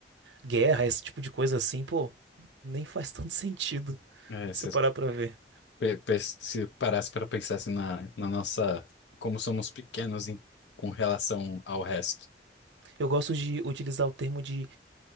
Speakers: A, on the right; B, on the left.
A: guerra, esse tipo de coisa assim, pô, nem faz tanto <laughs> sentido
B: É,
A: você
B: se,
A: parar pra ver.
B: pe- pe- se parasse para pensar assim na, na nossa, como somos pequenos em, com relação ao resto.
A: Eu gosto de utilizar o termo de